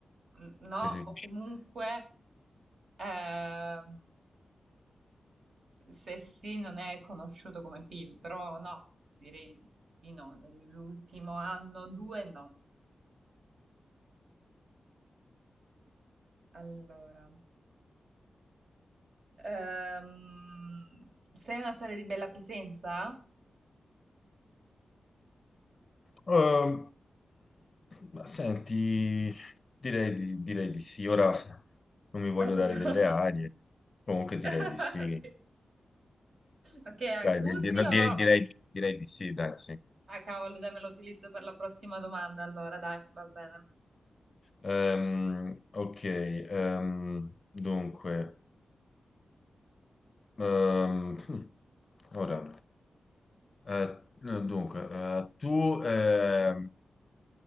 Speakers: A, on the right (about 55°); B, on the left (about 30°).
A: n- no,
B: Sì, sì.
A: o comunque ehm, se sì non è conosciuto come film, però no, direi di no, nell'ultimo anno, due no. Allora, ehm, sei un attore di bella presenza?
B: Ehm, ma senti, direi, di- direi di sì. Ora non mi voglio
A: Oddio.
B: dare delle arie, comunque direi
A: <laughs>
B: di sì.
A: Ok, Ok,
B: Dai,
A: a gusti
B: di- di- no,
A: o...
B: direi, direi- direi di sì, dai, sì.
A: Ah, cavolo, dai, me lo utilizzo per la prossima domanda, allora, dai, va bene.
B: Ehm, ok, ehm, dunque, ehm, hmm, ora, eh, no, dunque, eh, tu ehm,